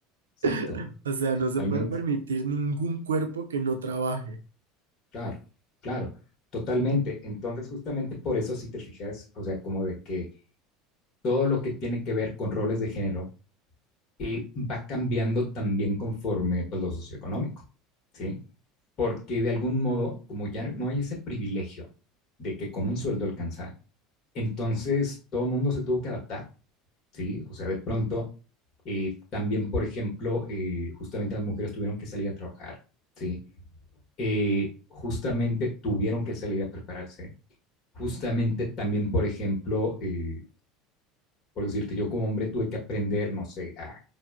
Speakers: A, on the left; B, on the right.
A: Exacto,
B: <laughs> O sea,
A: totalmente,
B: no se puede permitir ningún cuerpo que no trabaje.
A: claro, claro, totalmente. Entonces, justamente por eso, si te fijas, o sea, como de que todo lo que tiene que ver con roles de género, eh, va cambiando también conforme pues, lo socioeconómico, ¿sí? Porque de algún modo, como ya no no hay ese privilegio de que con un sueldo alcanza, entonces todo el mundo se tuvo que adaptar, ¿sí? O sea, de pronto, eh, también, por ejemplo, eh, justamente las mujeres tuvieron que salir a trabajar, ¿sí? Eh, justamente tuvieron que salir a prepararse. Justamente también, por ejemplo, eh, por decirte, yo como hombre tuve que aprender, no sé, a